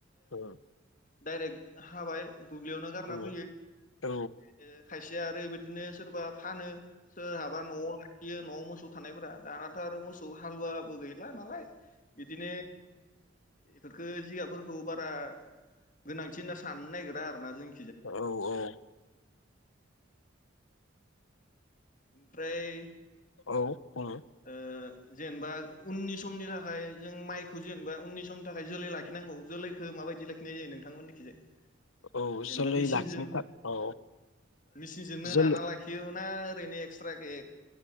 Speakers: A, on the left; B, on the left.
A: औ।
B: डाइरेक हाबाय दुब्लियावनो गारना
A: औ
B: फैयो
A: औ
B: <unintelligible> खायसेया आरोयबायदिनो सोरबा फानो सोरहाबा न'आव लाखियो न'आव मोसौ थानायफोरा दानाथ' आरो मोसौ हालुवाबो गैला नालाय बिदिनो एफोरखौ जिगाबफोरखौ बारा गोनांथि होनना साननो नागिरा आरोना जों
A: औ औ।
B: ओमफ्राय
A: औ। औ
B: ओ जेनेबा उननि समनि थाखाय जों माइखौ जेनेबा उननि समनि थाखाय जोलै लाखिनांगौ जोलैखौ माबायदि लाखिनाय जायो नोंथांमोननिखैजाय?
A: औ
B: जेनेबा
A: जोलै
B: मिचिनजों
A: लाखिनो थाखाय औ
B: मिचिनजोंनो
A: जोलै
B: नाना लाखियो ना ओरैनो एक्सट्राखै?